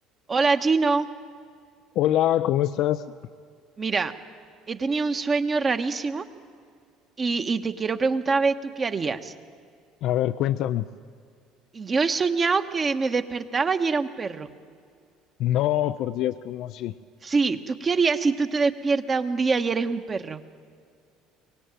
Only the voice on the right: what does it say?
Hola Gino,
mira, he tenido un sueño rarísimo y, y te quiero preguntar a ver tú qué harías.
Y Yo he soñado que me despertaba y era un perro.
Sí, ¿tú qué harías si tú te despiertas un día y eres un perro?